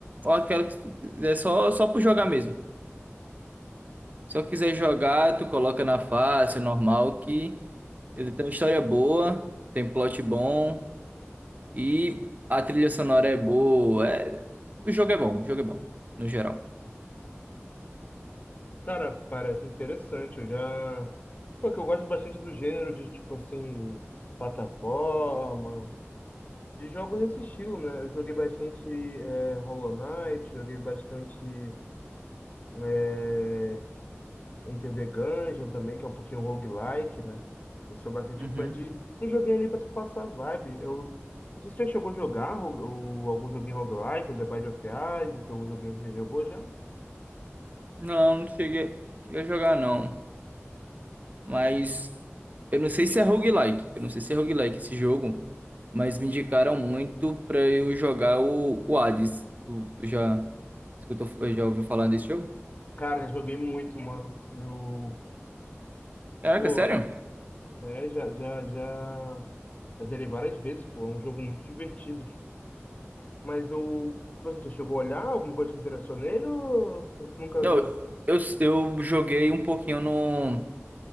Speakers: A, on the right; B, on the left.
A: ou aquela que tu quiser, só, só por jogar mesmo. Se eu quiser jogar, tu coloca na fácil, normal, que ele tem uma história boa, tem plot bom. E a trilha sonora é boa. é- O jogo é bom, o jogo é bom, no geral.
B: Cara, parece interessante. Eu já. Porque eu gosto bastante do gênero de, tipo assim, plataforma. De jogos nesse estilo, né? Eu joguei bastante é, Hollow Knight, joguei bastante é, Enter the Gungeon também, que é um pouquinho roguelike, né? Eu sou bastante
A: Uhum.
B: fã de. Não joguei ali pra tu passar a vibe. Eu... não sei se Você chegou a jogar o, o- algum joguinho roguelike, um The Binding of Isaac, algum joguinho que você jogou já?
A: Não, não cheguei, cheguei a jogar não. Mas eu não sei se é roguelike. Eu não sei se é roguelike esse jogo. Mas me indicaram muito pra eu jogar o, o Hades. Tu, tu já escutou, já ouviu falar desse jogo?
B: Cara, joguei muito, mano. Eu,
A: Caraca,
B: pô,
A: sério?
B: é, já, já, já, já zerei várias vezes, pô. É um jogo muito divertido. Mas o. Você já chegou a olhar? Alguma coisa te interessou nele ou, ou tu nunca
A: Não,
B: viu?
A: eu, eu joguei um pouquinho no,